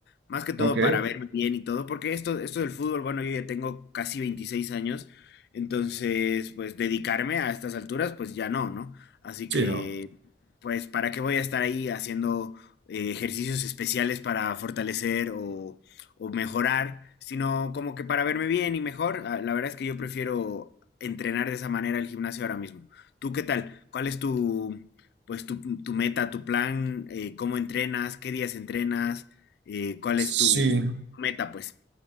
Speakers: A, on the left; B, on the right.
A: más que todo
B: ok,
A: para verme bien y todo, porque esto, esto del fútbol, bueno, yo ya tengo casi 26 años, entonces pues dedicarme a estas alturas, pues ya no, ¿no? Así
B: sí,
A: que,
B: no.
A: pues, ¿para qué voy a estar ahí haciendo eh, ejercicios especiales para fortalecer o o mejorar, sino como que para verme bien y mejor. Ah, La verdad es que yo prefiero entrenar de esa manera el gimnasio ahora mismo. ¿Tú qué tal? ¿Cuál es tu, pues, tu, tu meta, tu plan? Eh, ¿cómo entrenas? ¿Qué días entrenas? Eh, ¿cuál
B: Sí.
A: es tu meta, pues?